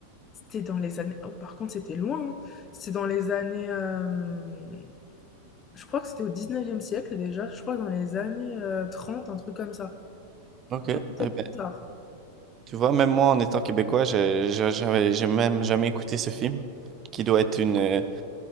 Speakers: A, on the left; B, on the right.
A: C'était dans les années... oh, par contre, c'était loin. hein. C'était dans les années... euh, Je crois que c'était au 19e siècle déjà. Je crois dans les années euh, 30, un truc comme ça.
B: Ok. Eh
A: Peut-être
B: ben,
A: plus tard.
B: tu vois, même moi, en étant québécois, je, je- j'avais- j'ai même jamais écouté ce film, qui doit être une, euh,